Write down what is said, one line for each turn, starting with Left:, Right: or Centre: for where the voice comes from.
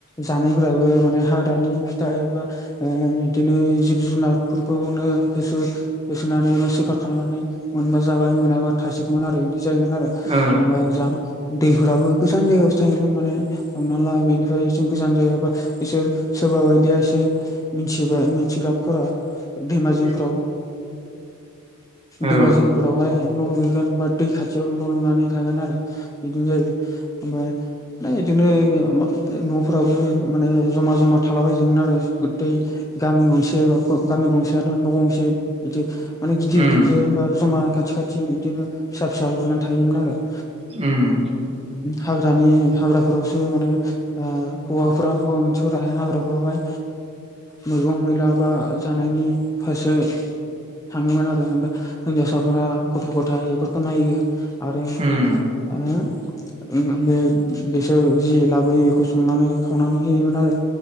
Left: जानायफोराबो माने हाग्रानि फिथाय एबा बिदिनो जिब जुनार फोरखौनो होसो होसोनानै बा सिखार खालामनानै मोनबा जाबाय मोनाबा थासिगौमोन आरो बिदि जायोमोन आरो
Right: ओ
Left: ओमफ्राय जा दैफोराबो गोजान जायगायावसो थायोमोन माने हमना ला बेनिफ्राय बि गोजान जायगा बिसोर सोरबा बायदिया एसे मिथिबाय मिथिग्राफोरा दैमा जिंफ्राव
Right: उम औ उम
Left: दैमा जिंफोरावहाय न' लुगोन बा दै खाथियाव न' लुनानै थागोन आरो बिदिनो जायो ओमफाय बिदिनो न'फोराबो माने जमा जमा थालाबायजोमोन आरो दै गामि गंसे गामि गंसेआथ' न' गंसे बिदि माने गिदिर
Right: उम
Left: खबसे बा जमा खाथि खाथि बिदिनो फिसा फिसा लुनानै थायोमोन आरो आरो
Right: उम
Left: हाग्रानि हाग्राफोरावसो माने हौवाफोरा हौवा मानसिफोरा हाग्राफोरावहाय मैगं मैला बा जानायनि फारसे थाङोमोन आरो ओमफाय हिनजावसाफोरा गथ' गथाइ बेफोरखौ नायो आरो ओ
Right: उम
Left: उम बिसोर जि लाबोयो बेखौ संनानै खावनानै होयोमोन आरो